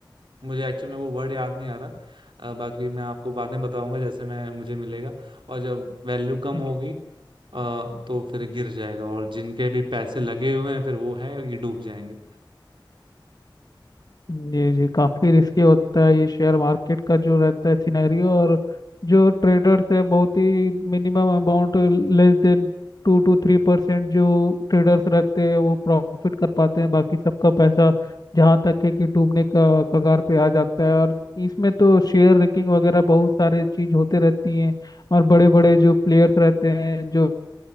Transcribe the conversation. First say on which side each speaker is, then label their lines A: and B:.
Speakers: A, on the right; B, on the left.
A: मुझे एक्चुअल में वो वर्ड याद नहीं आ रहा अ, बाकी मैं आपको बाद में बताऊंगा जैसे मैं मुझे मिलेगा और जब वैल्यू कम
B: जी
A: होगी अ, तो फिर गिर जाएगा और जिनके भी पैसे लगे हुए हैं फिर वो है ये डूब जाएंगे
B: जी जी काफ़ी रिस्की होता है ये शेयर मार्केट का जो रहता है सिनेरियो और जो ट्रेडर्स है बहुत ही minimum amount less than two two three percent जो ट्रेडर्स रहते हैं वो प्रॉफिट कर पाते हैं बाकी सबका पैसा जहाँ तक है कि डूबने का कगार पे आ जाता है और इसमें तो शेयर रिगिंग वगैरह बहुत सारे चीज़ होते रहती हैं और बड़े बड़े जो प्लेयर्स रहते हैं जो